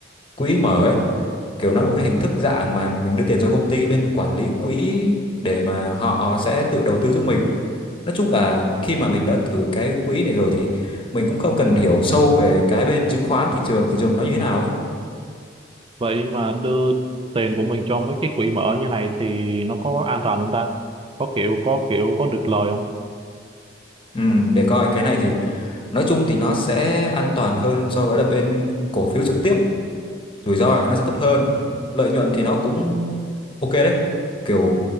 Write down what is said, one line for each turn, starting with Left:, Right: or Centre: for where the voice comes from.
Left: quỹ mở ấy kiểu nó là một cái hình thức dạng mà mình đưa tiền cho công ty bên quản lý quỹ để mà họ sẽ tự đầu tư giúp mình nói chung là khi mà mình đã thử cái quỹ này rồi thì mình cũng không cần hiểu sâu về cái bên chứng khoán thị trường thị trường nó như thế nào ấy
Right: Vậy mà đưa tiền của mình cho mấy cái quỹ mở như này thì nó có an toàn không ta? Có kiểu có kiểu có được lời không?
Left: ừ, để coi cái này thì nói chung thì nó sẽ an toàn hơn so với là bên cổ phiếu trực tiếp rủi ro nó sẽ thấp hơn lợi nhuận thì nó cũng ok đấy kiểu